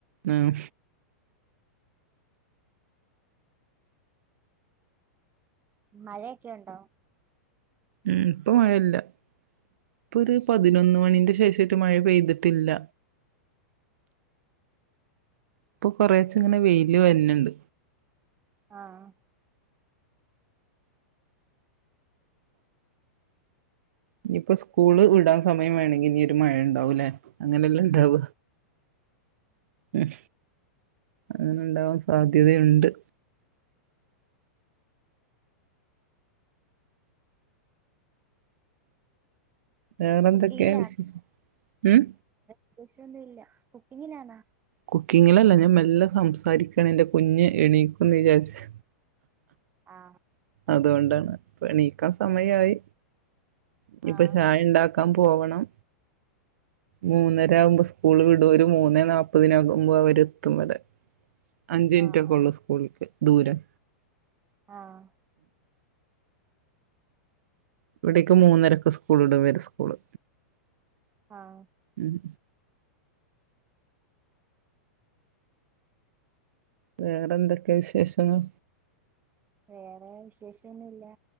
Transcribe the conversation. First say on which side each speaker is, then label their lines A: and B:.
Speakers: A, on the right; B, on the right.
A: ഉം
B: മഴയക്കെ ഉണ്ടോ
A: മ് ഇപ്പ മഴ ഇല്ല ഇപ്പൊ ഒരു പതിനൊന്ന് മണിന്റെ ശേഷം മഴ പെയ്തിട്ട്ല്ല ഇപ്പൊ കൊറേച്ചേ ഇങ്ങനെ വെയില് വര്ന്ണ്ട്.
B: ആഹ്
A: ഇനിയിപ്പ സ്കൂള് വിടാൻ സമയം വേണങ്കിൽ ഇനി ഒരു മഴ ഉണ്ടാവുംല്ലേ അങ്ങനെ ല്ലെ ഇണ്ടാവ ഉം അങ്ങനെണ്ടാവാൻ സാധ്യത ഇണ്ട്. വേറെ എന്തൊക്കെയാ
B: കുക്കിങ്ങിലാ
A: വിശേശം ഉം
B: വിശേഷം ഒന്നും ഇല്ല കുക്കിങ്ങിലാണാ
A: കുക്കിങ്ങിലല്ല ഞാൻ മെല്ലെ സംസാരിക്കാണ് എന്റെ കുഞ്ഞ് എണീക്കുന്ന് വിചാരിച്ച്
B: ആഹ്
A: അതുകൊണ്ടാണ് ഇപ്പ എണീക്കാൻ സമയ
B: ആഹ്
A: ആയി ഇനിപ്പൊ
B: ആഹ്
A: ചായ ഉണ്ടാക്ക് ക്കാ പോവണം. മൂന്നര ആവുമ്പോ സ്കൂള് വിടും ഒരു മൂന്നേ നാപ്പതിനാകുമ്പോ അവര് എത്തും വെടെ അഞ്ചിൻ
B: ആഹ്
A: റ്റൊക്കെ
B: ആഹ്
A: ഒള്ളു സ്കൂളിക്ക് ദൂരം
B: ആഹ്
A: ഇ വെടെക്ക് മൂന്നരക്ക് സ്കൂൾ വിടുവെര സ്കൂള്
B: ആഹ്
A: ഉം വേറെ എന്തൊക്കെയാ വിശേഷങ്ങൾ
B: വേറെ വിശേഷൊന്നുല്ല